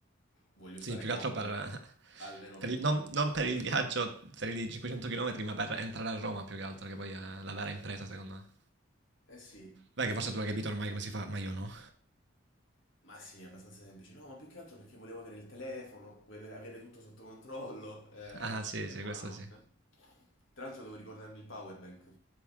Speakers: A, on the left; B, on the right.
A: voglio stare
B: Sì, più
A: comodo,
B: che altro per...
A: almeno per
B: per il-
A: quello.
B: non, non per il viaggio per i 500 km, ma per entrare a Roma più che altro, che poi è la vera impresa, secondo me.
A: Eh sì,
B: Beh,
A: e-
B: che forse tu hai capito ormai come si fa, ma io no.
A: ma sì, è abbastanza semplice. No, ma più che altro perché volevo avere il telefono, vedere- avere tutto sotto controllo. eh,
B: Ah, sì,
A: E
B: sì,
A: buonanotte.
B: questo sì.
A: Tra l'altro devo ricordarmi il power bank.